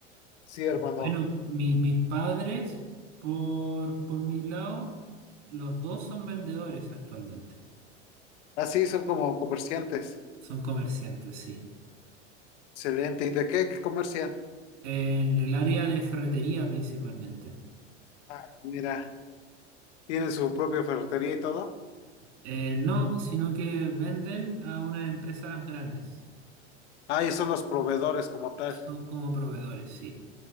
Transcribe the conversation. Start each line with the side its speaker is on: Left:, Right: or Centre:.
Left: sí, hermano.
Right: Bueno, mi- mis padres, por, por mi lado, los dos son vendedores actualmente.
Left: Así son como comerciantes.
Right: Son comerciantes, sí.
Left: Excelente. ¿Y de qué comercian?
Right: En el área de ferretería principalmente.
Left: Ah, mira, tienen su propia ferretería y todo.
Right: Eh, no, sino que venden a unas empresas grandes.
Left: Ah, y son los proveedores como tal.
Right: Son como proveedores, sí.